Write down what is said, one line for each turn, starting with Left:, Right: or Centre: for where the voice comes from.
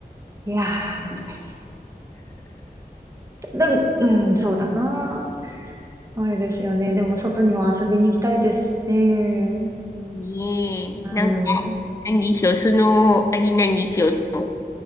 Right: いやー、難しい。だうん、そうだな。あれですよね。でも、外にも遊びに行きたいですしね。
Left: ねえ。なんか、
Right: うん。
Left: 何でしょう。その、あれなんですよ。も